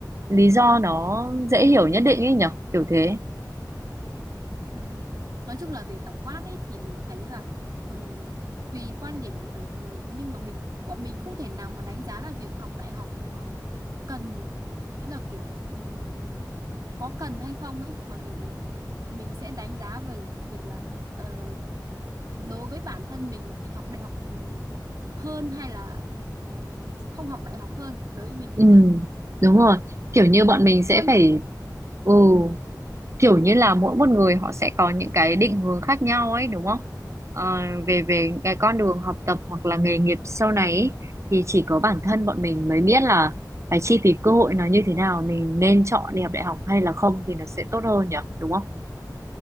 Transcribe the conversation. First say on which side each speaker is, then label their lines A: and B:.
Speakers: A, on the right (about 40°); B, on the right (about 60°).
A: lý do nó dễ hiểu nhất định ấy nhở kiểu thế
B: Ừ. Nói chung là về tổng quát ấy thì mình thấy là ừm, tùy quan điểm của từng người thế nhưng mà mình bọn mình không thể nào mà đánh giá là việc học đại học nó cần ý là kiểu ừm, có cần hay không ấy mà mình mình sẽ đánh giá về việc là ờ, đối với bản thân mình thì học đại học ừm, hơn hay là ừm, không học đại học hơn đối với mình như
A: ừ
B: thế
A: đúng rồi kiểu như bọn mình sẽ
B: hơn
A: phải ừ kiểu như là mỗi một người họ sẽ có những cái định hướng khác nhau ấy đúng không? Ờ, về về cái con đường học tập hoặc là nghề nghiệp sau này ấy, thì chỉ có bản thân bọn mình mới biết là phải chi phí cơ hội nó như thế nào mình nên chọn đi học đại học hay là không thì nó sẽ tốt hơn nhỉ đúng không?